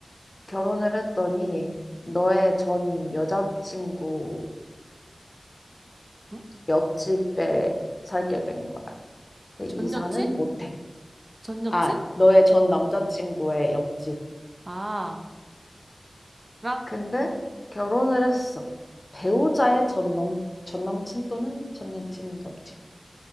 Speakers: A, on the left; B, on the right.
A: 결혼을 했더니 너의 전 여자친구
B: 응?
A: 옆집에 살게 된 거야. 근데
B: 전
A: 이사는
B: 여친?
A: 못해.
B: 전 여친?
A: 아, 너의 전 남자친구의 옆집.
B: 아, 랑?
A: 근데 결혼을 했어. 배우자의 전 남, 전 남친 또는 전 여친 옆집.